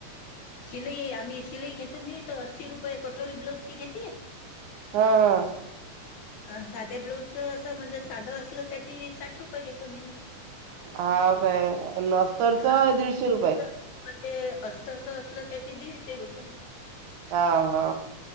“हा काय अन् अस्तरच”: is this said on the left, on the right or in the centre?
Right